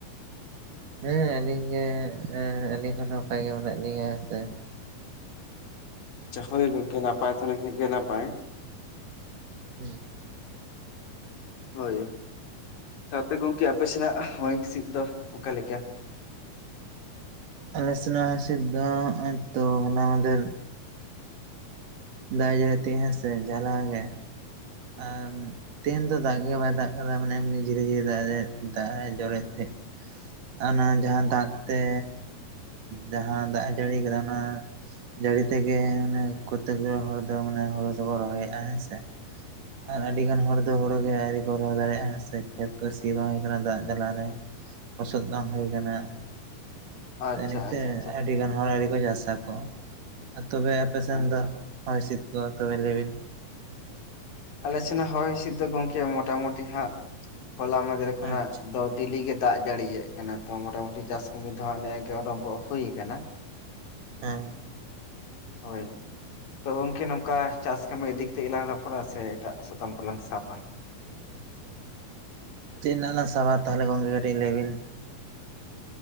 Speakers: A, on the right (about 60°); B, on the left (about 65°).
A: ᱦᱮᱸ ᱟᱹᱞᱤᱧ ᱜᱮ ᱟᱹᱞᱤᱧ ᱦᱚᱸ ᱱᱟᱯᱟᱭ ᱜᱮ ᱢᱮᱱᱟᱜ ᱞᱤᱧᱟᱹ ᱦᱮᱸ ᱥᱮ
B: <inaudible> ᱦᱳᱭ ᱜᱚᱝᱠᱮ ᱱᱟᱯᱟᱭ ᱛᱟᱦᱮ ᱞᱮᱱᱠᱷᱟᱱ ᱜᱮ ᱱᱟᱯᱟᱭ᱾
A: ᱦᱩᱸ
B: ᱦᱳᱭ ᱥᱟᱶᱛᱮ ᱜᱚᱝᱠᱮ ᱟᱯᱮ ᱥᱮᱱᱟᱜ ᱦᱚᱭ ᱦᱤᱥᱤᱫ ᱫᱚ ᱚᱠᱟ ᱞᱮᱠᱟ᱾
A: ᱟᱞᱮ ᱥᱮᱱᱟᱜ ᱦᱚᱭ ᱦᱤᱥᱤᱫ ᱫᱚ, ᱦᱚᱜ-ᱚᱭ ᱛᱚ ᱦᱚᱞᱟ ᱢᱟᱫᱷᱮᱨ ᱫᱟᱜ-ᱮ ᱡᱟᱹᱲᱤᱭᱮᱫ ᱛᱤᱜ ᱦᱮᱸ ᱥᱮ ᱡᱷᱟᱞᱟᱣ ᱜᱮ, ᱟᱨ ᱜᱮᱦᱮᱱ ᱫᱚ ᱫᱟᱜ ᱜᱮ ᱵᱟᱭ ᱫᱟᱜ ᱠᱟᱫᱟ, ᱢᱟᱱᱮ ᱮᱢᱱᱤ ᱡᱷᱤᱨᱤ ᱡᱷᱤᱨᱤ ᱫᱟᱜ ᱮ ᱫᱟᱜ ᱮ ᱡᱚᱨᱚᱭᱮᱫ ᱛᱟᱦᱮᱸ᱾ ᱚᱱᱟ ᱡᱟᱦᱟᱸ ᱫᱟᱜ ᱛᱮ ᱡᱟᱦᱟᱸ ᱫᱟᱜ ᱮ ᱡᱟᱹᱲᱤ ᱠᱟᱫᱟ ᱚᱱᱟ ᱡᱟᱹᱲᱤ ᱛᱮᱜᱮ ᱢᱟᱱᱮ ᱠᱚᱛᱮᱠ ᱫᱚ ᱦᱚᱲ ᱫᱚ ᱢᱟᱱᱮ ᱦᱳᱲᱳ ᱫᱚᱠᱚ ᱨᱚᱦᱚᱭᱮᱫᱼᱟ ᱦᱮᱸ ᱥᱮ᱾ ᱟᱨ ᱟᱹᱰᱤ ᱜᱟᱱ ᱦᱚᱲ ᱫᱚ ᱦᱳᱲᱳᱜᱮ ᱟᱣᱨᱤ ᱠᱚ ᱨᱚᱦᱚᱭ ᱫᱟᱲᱮᱭᱟᱜᱼᱟ, ᱦᱮᱸ ᱥᱮ ᱠᱷᱮᱛ ᱠᱚ ᱥᱤ ᱵᱟᱝ ᱦᱩᱭ ᱠᱟᱱᱟ ᱫᱟᱜ ᱡᱟᱞᱟᱨᱮ᱾ ᱞᱚᱥᱚᱫ ᱵᱟᱝ ᱦᱩᱭ ᱠᱟᱱᱟ᱾
B: ᱟᱪᱪᱷᱟ
A: ᱤᱱᱟᱹ ᱠᱷᱟᱹᱛᱤᱨ
B: ᱟᱪᱪᱷᱟ ᱟᱪᱪᱷᱟ
A: ᱟᱹᱰᱤᱜᱟᱱ ᱦᱚᱲ ᱟᱹᱣᱨᱤ ᱠᱚ ᱪᱟᱥᱟᱠᱚ, ᱛᱚᱵᱮ ᱟᱯᱮ ᱥᱮᱱ
B: ᱟᱪᱪᱷᱟ
A: ᱫᱚ? ᱦᱚᱭ ᱦᱤᱥᱤᱫ ᱠᱚ ᱛᱚᱵᱮ ᱞᱟᱹᱭ ᱵᱤᱱ?
B: ᱟᱞᱮᱥᱮᱱᱟᱜ ᱦᱚᱭ ᱦᱤᱥᱤᱫᱽ ᱫᱚ ᱜᱚᱢᱠᱮ ᱢᱚᱴᱟᱢᱩᱴᱤ ᱦᱟᱸᱜ, ᱦᱚᱞᱟ ᱢᱟᱫᱷᱮᱨ ᱠᱷᱚᱱᱟᱜ
A: ᱟᱪᱪᱷᱟ
B: ᱫᱚ ᱰᱤᱞᱤ ᱜᱮ ᱫᱟᱜ ᱡᱟᱹᱲᱤᱭᱮᱫ ᱠᱟᱱᱟ ᱛᱚ, ᱢᱚᱴᱟᱢᱩᱴᱤ ᱪᱟᱥ ᱠᱟᱹᱢᱤ ᱫᱚ ᱱᱮᱜ-ᱮ ᱜᱮ ᱟᱨᱚᱢᱵᱷᱚᱜ ᱦᱩᱭ ᱠᱟᱱᱟ᱾
A: ᱦᱮᱸ,
B: ᱦᱳᱭ, ᱛᱚ ᱜᱚᱝᱠᱮ ᱱᱚᱝᱠᱟ ᱪᱟᱥ ᱠᱟᱹᱢᱤ ᱤᱫᱤ ᱠᱟᱛᱮ ᱜᱮᱞᱟᱝ ᱨᱚᱯᱚᱲᱟ ᱥᱮ ᱮᱴᱟᱜ ᱥᱮᱫ ᱯᱚᱛᱟᱢ ᱠᱚᱞᱟᱝ ᱥᱟᱯᱼᱟ᱾
A: ᱪᱮᱫ ᱨᱮᱱᱟᱜ ᱞᱟᱝ ᱥᱟᱵᱟ ᱛᱟᱦᱚᱞᱮ ᱜᱚᱝᱠᱮ ᱠᱟᱹᱴᱤᱡ ᱞᱟᱹᱭ ᱵᱤᱱ?